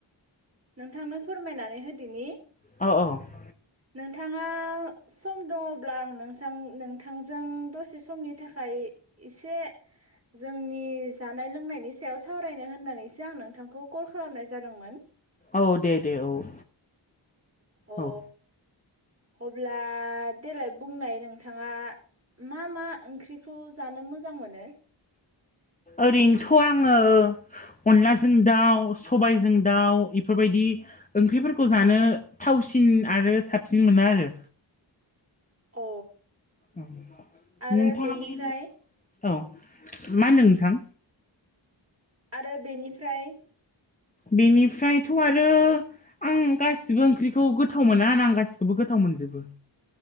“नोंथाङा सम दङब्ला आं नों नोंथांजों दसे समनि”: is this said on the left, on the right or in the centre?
Right